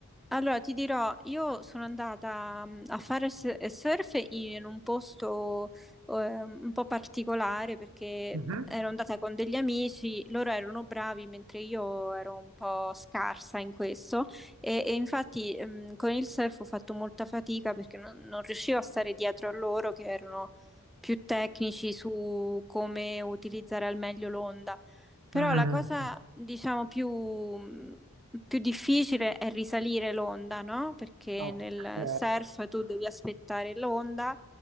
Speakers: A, in the centre; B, on the right.
A: allora, ti dirò, io sono andata mm, a fare s- surf in un posto ehm, un po' particolare perché
B: Mhm.
A: mhmm, ero andata con degli amici, loro erano bravi mentre io ero un po' scarsa in questo e, e infatti mm, con il surf ho fatto molta fatica perché non, non riuscivo a stare dietro a loro che erano più tecnici su come utilizzare al meglio l'onda. Però
B: Mm.
A: la cosa, diciamo, più, mhmm, più difficile è risalire l'onda, no? Perché
B: Ok.
A: nel surf tu devi aspettare l'onda